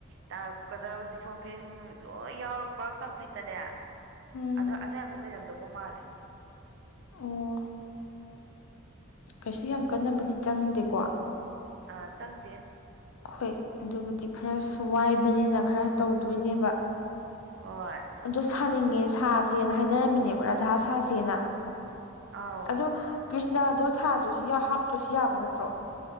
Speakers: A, on the right (about 55°); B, on the left (about 80°).
A: ꯇꯥꯔꯛꯀꯗꯕ ꯗꯤꯁꯣꯟ ꯐꯤꯔꯤꯟ ꯅꯨꯡ ꯂꯣꯏ ꯌꯥꯎꯔ ꯄꯨꯔꯥ ꯀꯝꯄ꯭ꯂꯤꯠꯇꯅꯦ
B: ꯎꯝ
A: ꯑꯗ ꯑꯗꯥꯏꯃꯨꯛ ꯂꯩꯔꯝꯗꯧꯕ ꯃꯥꯜꯂꯦ
B: ꯑꯣ ꯀꯩꯁꯨ ꯌꯥꯝ ꯀꯟꯅꯕꯨꯗꯤ ꯆꯪꯗꯦꯀꯣ
A: ꯑꯥ ꯆꯪꯗꯦ
B: ꯍꯣꯏ ꯑꯗꯨꯕꯨꯗꯤ ꯈꯔꯁꯨ ꯋꯥꯏꯕꯅꯤꯅ ꯈꯔ ꯇꯧꯗꯣꯏꯅꯦꯕ
A: ꯍꯣꯏ
B: ꯑꯗꯣ ꯁꯥꯅꯤꯡꯉꯦ ꯁꯥꯁꯦꯅ ꯍꯥꯏꯅꯔꯝꯃꯤꯅꯦꯀꯣ ꯔꯥꯙꯥ ꯁꯥꯁꯦꯅ
A: ꯑꯥꯎ
B: ꯑꯗꯣ ꯀ꯭ꯔꯤꯁꯅꯗꯣ ꯁꯥꯗ꯭ꯔꯁꯨ ꯌꯥ ꯍꯥꯞꯇ꯭ꯔꯁꯨ ꯌꯥꯕ ꯅꯠꯇ꯭ꯔꯣ